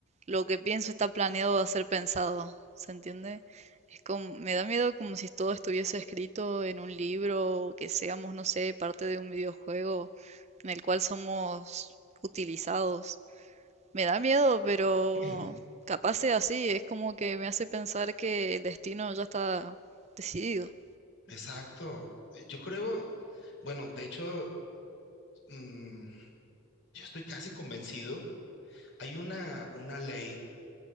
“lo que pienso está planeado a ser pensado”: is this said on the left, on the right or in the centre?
Right